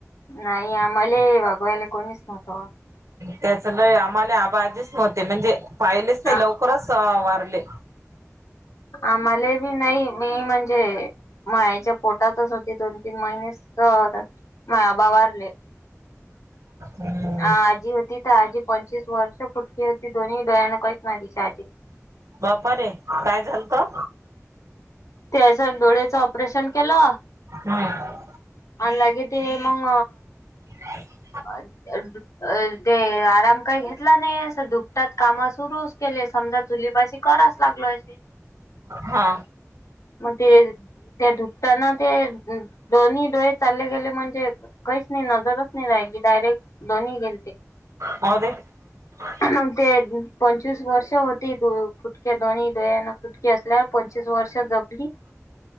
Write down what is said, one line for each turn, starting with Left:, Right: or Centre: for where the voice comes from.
Left: नाही आम्हाले वागवायला कोणीच नव्हत.
Right: त्याच ल आम्हाला आबाजीच नव्हते म्हणजे पाहिलेच नाही
Left: आ
Right: लवकरच वारले.
Left: आम्हाला बी नाही मी म्हणजे मायच्या पोटातच होते दोन तीन महिने माया बा वारले.
Right: हम् <unintelligible>
Left: अ आजी होती तर आजी पंचवीस वर्ष फुटकी होती दोन्ही डोळ्यानं कहीच ना दिसायचे.
Right: बाप्पा रे काय झालतं?
Left: त्याच्या डोळयाच ऑपरेशन केलं.
Right: हम्म
Left: आणि लागे ते मग
Right: <inaudible> <unintelligible>
Left: अ अ <unintelligible> ते आराम काही घेतला नाही अस दुपटात काम सुरुच केले समजा चुलीपाशी कराच लागलोय
Right: हा.
Left: मग ते ते धुकताना ते दोन्ही डोळे चालले गेले म्हणजे काहीच नाही नजरच नाही नाही ती डायरेक्ट दोन्हीही गेलते.
Right: होद. <unintelligible>
Left: मग ते पंचवीस वर्ष होती तू फुटक्या दोनही दयान फुटक्या. असल्यावर पंचवीस वर्ष जगली.